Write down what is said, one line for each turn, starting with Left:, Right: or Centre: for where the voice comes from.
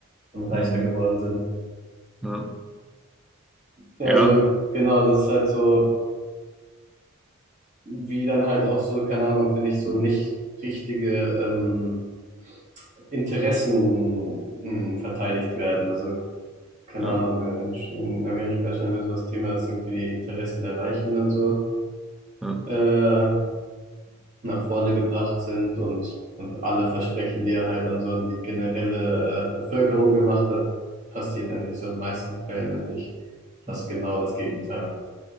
Right: und reicher
Centre: Mhm.
Right: geworden sind.
Centre: Ja.
Right: Ja,
Centre: Ja.
Right: so genau, das ist halt so, wie dann halt auch so, keine Ahnung, finde ich, so nicht richtige, ähm, Interessen mh, verteidigt werden. Also, keine
Centre: Ja.
Right: Ahnung, äh, in, in Amerika scheint mir so das Thema, dass irgendwie die Interessen der Reichen dann so
Centre: Ja.
Right: äh, nach vorne gebracht sind und, und alle Versprechen, die er halt dann so an die generelle äh, Bevölkerung gemacht hat, passiert eigentlich so in den meisten Fällen eigentlich fast
Centre: Ja.
Right: genau das Gegenteil.